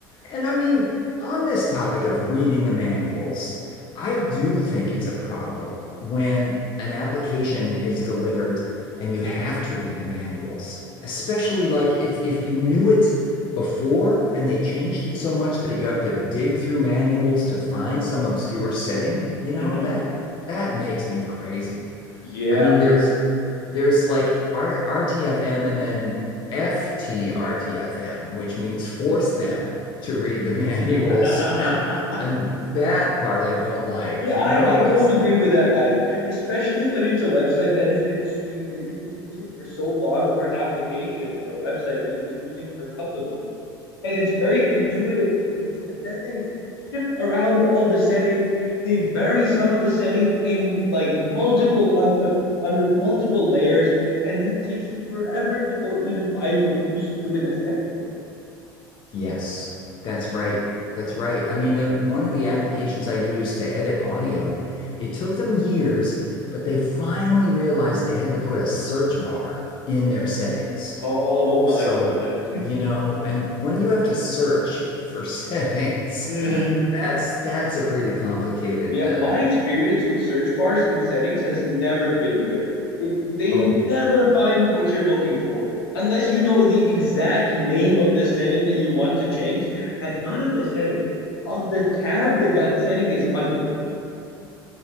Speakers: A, on the left; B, on the left.
A: And I mean, on this topic of reading the manuals, I do think it's a problem when an application is delivered and you have to read the manuals, especially like if if you knew it before and they changed it so much that you have to dig through manuals to find some obscure setting, you know,
B: hmm
A: that that makes me crazy.
B: Yeah.
A: I mean, there's there's like R RTFM and then FTRTFM, which means force them to read the manuals.
B: <laughs>
A: <laughs> And and that part I don't like,
B: Yeah,
A: you
B: I,
A: know?
B: I don't
A: It's
B: agree with that either, especially when it's a website that has been s- you that you've been using for so long, or an application or a website that you've been using for a couple of and it's very intuitive to use. And then they around all the settings, they bury some of the settings in like multiple un, uh, under multiple layers, and then it takes you forever to go even find what you used to do in a second.
A: yes, that's right. That's right. I mean, the, one of the applications I used to edit audio, it took them years, but they finally realized they had to put a search bar in their settings.
B: Oh my
A: So,
B: god.
A: you know, and when you have to search for <laughs> settings,
B: Mhm.
A: that's that's a pretty complicated
B: Yeah,
A: uh,
B: my experience with search bars in settings has never been good. It they
A: oh
B: never find what you're looking for unless you know the exact name of the setting that you want to change and not of the setting, of the tab that that setting is under.